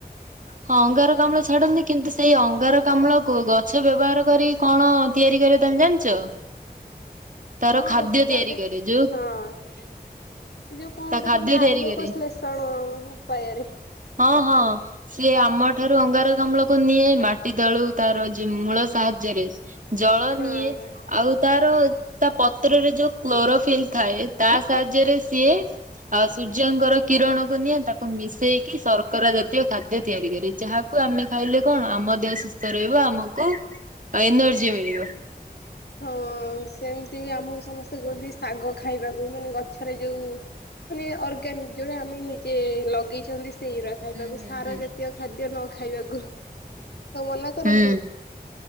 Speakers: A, on the right; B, on the left.
A: ହଁ ଅଙ୍ଗାର କାମ୍ଳ ଛାଡନ୍ତି କିନ୍ତୁ ସେଇ ଅଙ୍ଗାର କାମ୍ଳକୁ ଗଛ ବ୍ୟବହାର କରି କଣ ତିଆରି କରିବା ତମେ ଜାଣିଛ ତାର
B: ହଁ
A: ଖାଦ୍ୟ
B: ହ ସେଟେ
A: ତିଆରି କରେ ଯୋଉ
B: ହଁ। ସେ ଯୋଉ କଣଟେ
A: ତା ଖାଦ୍ୟ
B: କୁହନ୍ତି ଆଲୋକ
A: ତିଆରି କରେ।
B: ଶ୍ଳେଷଣ ଉପାୟରେ
A: ହଁ ହଁ ସିଏ ଆମଠାରୁ ଅଙ୍ଗାରକାମ୍ଳକୁ ନିଏ ମାଟି ତଳୁ ତାର ଯେ ମୂଳ ସାହାଯ୍ୟରେ ଜଳ
B: ହଁ
A: ନିଏ ଆଉ ତାର ତା ପତ୍ରରେ ଯୋଉ କ୍ଲୋରୋଫିଲ୍ ଥାଏ ତା ସାହାଯ୍ୟରେ ସିଏ
B: ହୁଁ।
A: ଆ ସୂର୍ଯ୍ୟଙ୍କର କିରଣକୁ ନିଏ ତାକୁ ମିଶେଇକି ଶର୍କରା ଜାତୀୟ ଖାଦ୍ୟ ତିଆରି କରେ ଯାହାକୁ ଆମେ ଖାଇଲେ କଣ ଆମ ଦେହ ସୁସ୍ଥ ରହିବ। ଆମକୁ ଏନର୍ଜି ମିଳିବ।
B: ହଁ ହଁ ସେମିତି ବି ଆମକୁ ସମସ୍ତେ କୁହନ୍ତି ଶାଗ ଖାଇବାକୁ ମାନେ ଗଛରେ ଯୋଉ ମାନେ ଅର୍ଗାନିକ ଯୋଉଟା ଆମେ ନିଜେ ଲଗେଇଛନ୍ତି। ସେଇୁର ଖାଇବାକୁ
A: ହୁଁ ହୁଁ
B: ସାର
A: ହୁଁ।
B: ଜାତୀୟ ଖାଦ୍ୟ ନ ଖାଇବାକୁ ହଉ ମନା କରନ୍ତି।
A: ହୁଁ